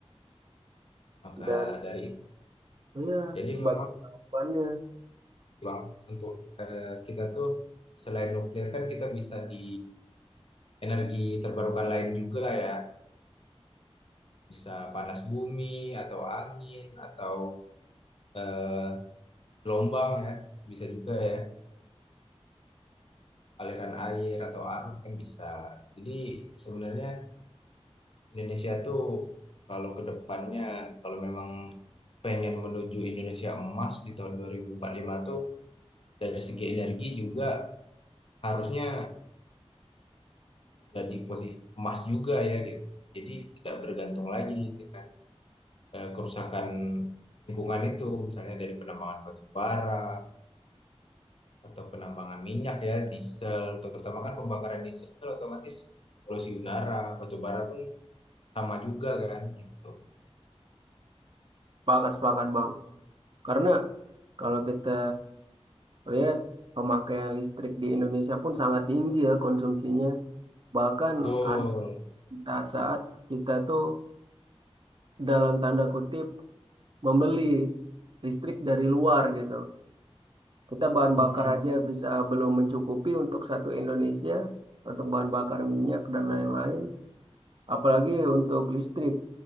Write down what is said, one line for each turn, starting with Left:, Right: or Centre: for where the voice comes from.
Left: maka
Right: dan
Left: dari
Right: Iya,
Left: jadi
Right: sebagai
Left: memang
Right: jawabannya.
Left: lah untuk eh, kita tuh selain nuklir kan kita bisa di energi terbarukan lain juga ya bisa panas bumi atau angin atau eh, gelombang ya bisa juga ya aliran air atau arus kan bisa jadi sebenarnya Indonesia tuh kalau ke depannya kalau memang pengen menuju Indonesia emas di tahun 2045 tuh dari segi energi juga harusnya udah di posisi emas juga ya gitu. Jadi tidak bergantung lagi dengan eh, kerusakan lingkungan itu, misalnya dari penambangan batu bara atau penambangan minyak ya, diesel, terutama kan pembakaran diesel otomatis polusi udara, batu bara pun sama juga kan gitu.
Right: Sepakat, sepakat Bang. Karena kalau kita lihat pemakaian listrik di Indonesia pun sangat tinggi ya konsumsinya. Bahkan
Left: Betul.
Right: ada saat-saat kita tuh dalam tanda kutip membeli listrik dari luar gitu. Kita bahan
Left: Mm-mm.
Right: bakar aja bisa belum mencukupi untuk satu Indonesia, untuk bahan bakar minyak dan lain-lain. apalagi untuk listrik.